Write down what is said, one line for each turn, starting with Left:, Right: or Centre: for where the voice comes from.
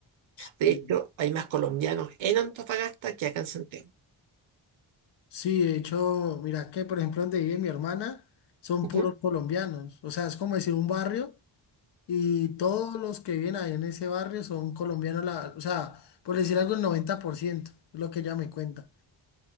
Left: sí.
Right: De hecho, hay más colombianos en Antofagasta que acá en Santiago.
Left: Sí, de hecho, mira que por ejemplo donde vive mi hermana son
Right: Ujú.
Left: puros colombianos, o sea, es como decir un barrio y todos los que viven ahí en ese barrio son colombianos, la- o sea, por decir algo el 90%, es lo que ella me cuenta.